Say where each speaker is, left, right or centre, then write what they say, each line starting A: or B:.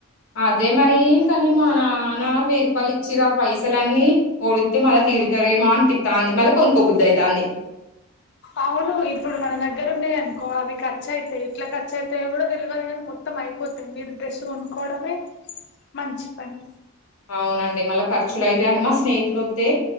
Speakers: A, on the left; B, on the left.
A: అదే మరి కానీ మా నాన్న వెయ్యి రూపాయలు ఇచ్చి పైసలన్నీ ఓడితే మళ్ళా తీడతారేమో అనిపిస్తా అ మళ్ళ కొనుక్కకోబుద్దు అయి దాన్ని
B: అవును ఇప్పుడు మన దగ్గర ఉన్నాయ అనుకో అవి ఖచు అయితాయి ఎట్లా ఖర్చ అయితయో కూడా తెలియదు కానీ మొత్తం అయిపోతాయి మీరు డ్రెస్సు కొనుకోవడమే మంచి పని
A: అవునండి మళ్ళా ఖర్చులు అయితా అండి మా స్నేహితులు వస్తతే